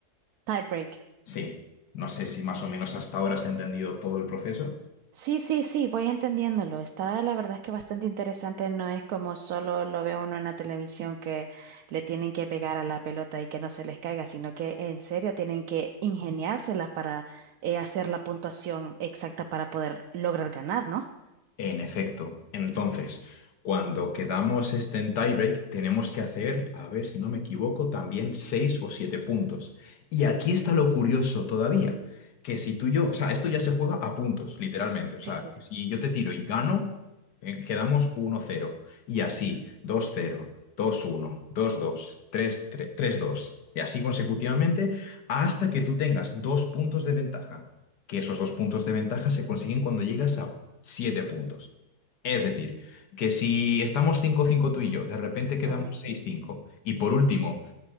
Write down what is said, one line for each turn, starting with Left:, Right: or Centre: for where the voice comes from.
Right: Tie break.
Left: Sí, no sé si más o menos hasta ahora has entendido todo el proceso.
Right: Sí, sí, sí, voy entendiéndolo. Está la verdad es que bastante interesante. No es como solo lo ve uno en la televisión que le tienen que pegar a la pelota y que no se les caiga, sino que en serio tienen que ingeniárselas para eh, hacer la puntuación exacta para poder lograr ganar, ¿no?
Left: En efecto. Entonces, cuando quedamos este en tiebreak, tenemos que hacer, a ver si no me equivoco, también seis o siete puntos. Y aquí está lo curioso todavía, que si tú y yo, o sea, esto ya se juega a puntos, literalmente. O sea,
Right: Sí, sí, sí.
Left: si yo te tiro y gano, eh, quedamos uno cero Y así, dos cero, dos uno, dos dos, tres tres, tres dos Y así consecutivamente hasta que tú tengas dos puntos de ventaja que esos dos puntos de ventaja se consiguen cuando llegas a siete puntos. Es decir, que si estamos cinco cinco tú y yo, de repente quedamos
Right: Ajá.
Left: seis cinco y por último